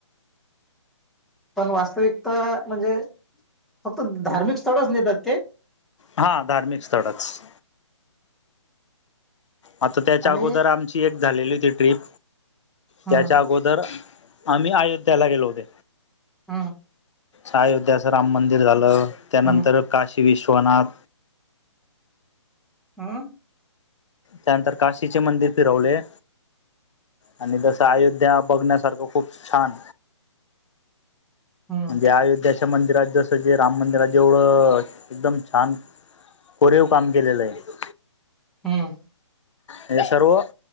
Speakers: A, in the centre; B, on the left (about 70°).
A: पण वास्तविकता म्हणजे फक्त धार्मिक स्थळच नेतात ते?
B: हा धार्मिक स्थळच. आता त्याच्या
A: आणि
B: अगोदर आमची एक झालेली होती ट्रिप
A: हं
B: त्याच्या अगोदर आम्ही अयोध्येला गेलो होते.
A: हा
B: अयोध्याचं राम मंदिर झालं त्यानंतर
A: हं
B: काशी विश्वनाथ.
A: ह!
B: त्यानंतर काशीचे मंदिर फिरवले. आणि जसं अयोध्या बघण्यासारखं खूप छान.
A: हं
B: त्या अयोध्याच्या मंदिरात जसं जे राम मंदिरात जेवढं एकदम छान कोरीव काम केलेलं आहे.
A: हम
B: हे सर्व